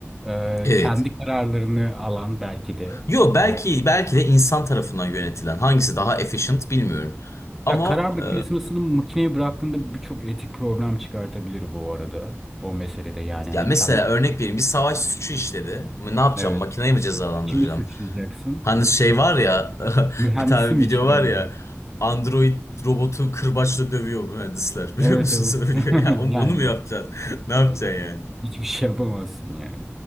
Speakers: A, in the centre; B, on the left.
A: e,
B: Evet.
A: kendi kararlarını alan belki de.
B: Yo belki
A: e,
B: belki de insan tarafından yönetilen hangisi daha efficient bilmiyorum. Ama
A: Ya karar mekanizmasını
B: e,
A: makineye bıraktığında birçok etik problem çıkartabilir bu arada. O meselede yani hani
B: ya mesela
A: kendi karar.
B: örnek vereyim bir savaş suçu işledi. Ne yapacağım?
A: Evet.
B: Makineyi mi cezalandıracağım?
A: Kimi suçlayacaksın?
B: Hani şey var ya
A: Mühendisi
B: <laughs> bir tane
A: mi
B: video
A: içeri
B: var
A: alacaksın
B: ya Android robotu kırbaçla dövüyor mühendisler. <laughs> Biliyor
A: Evet
B: musun
A: Evet.
B: sen o
A: <laughs>
B: videoyu? Ya onu
A: Yani
B: onu mu yapacaksın? <laughs> Ne yapacaksın
A: yani
B: yani?
A: hiçbir şey yapamazsın yani.